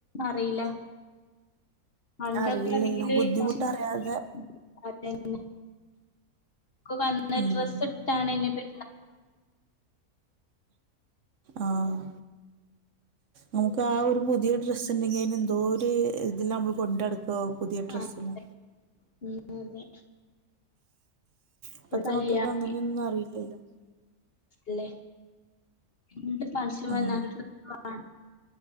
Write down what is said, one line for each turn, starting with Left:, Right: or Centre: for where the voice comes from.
Left: അറിയില്ല പണ്ടൊക്കേണെങ്കില്
Right: അറിയില്ലല്ലോ ബുദ്ധിമുട്ടറിയാതെ
Left: <unintelligible> <unintelligible> ക്ക് വന്ന്
Right: ഉം
Left: ഡ്രസ്സ് ഇട്ടാണ് നി <unintelligible>
Right: ആഹ് നമുക്ക് ആ ഒരു പുതിയ ഡ്രസ് ഉണ്ടെങ്കി അയ്നെന്തോര് ഇതിലാ നമ്മൾ കൊണ്ട ട് പ്പാ പുതിയ ഡ്രസ്സിന്
Left: അതെ ഉം അതെ ഇപ്പൊ
Right: ഇപ്പത്തെ
Left: കല്യാണം
Right: മക്കൾക്ക് അങ്ങനെയൊന്നും അറിയില്ലല്ലോ.
Left: ല്ലേ. ഇണ്ട് മൻഷ്യൻ
Right: ആഹ്
Left: വന്നാലൊര് ആഹ്